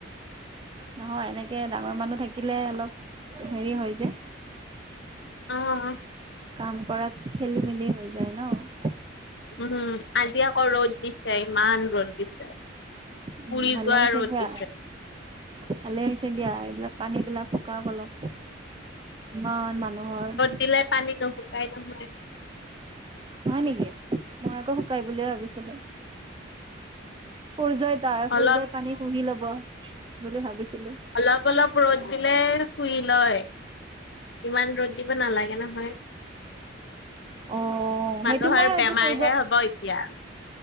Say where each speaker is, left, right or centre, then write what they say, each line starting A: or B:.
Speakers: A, on the right; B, on the left.
A: নহয়, এনেকে ডাঙৰ মানুহ থাকিলে অলপ হেৰি হয় যে।
B: অ'।
A: কাম কৰাত খেলি মেলি হৈ যায় ন।
B: উম আজি আকৌ ৰ'দ দিছে ইমান ৰ'দ দিছে।
A: উম
B: পুৰি
A: ভালে
B: যোৱা
A: হৈছে
B: ৰ'দ
A: দিয়া
B: দিছে।
A: ভালে হৈছে দিয়া এইবিলাক পানী বিলাক শুৱাক অলপ। ইমান মানুহৰ
B: দিলাই পানী নভুকাই নহয়
A: হয় নেকি মই আকৌ শুকাই বুলিয়ে ভাবিছিলোঁ। সূৰ্যই তা সূৰ্যই
B: অলপ
A: পানী শুহি লব বুলি ভাবিছিলোঁ।
B: অলপ অলপ ৰ'দ দিলে শুই লয়। ইমান ৰ'দ দিব নালাগে নহয়।
A: অ'।
B: মানুহৰ
A: সেইটো মই
B: বেমাৰ
A: আজি সূৰ্য
B: হে হ'ব এতিয়া।